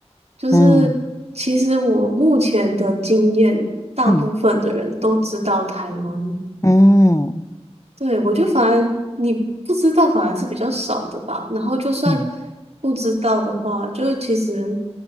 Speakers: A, on the right; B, on the left.
A: 就是其实我目前的经验，
B: 嗯
A: 大部分的人都知道台湾
B: 嗯嗯
A: 对，我就反而你不知道反而是比较少的吧。然后就算
B: 嗯
A: 不知道的话，就是其实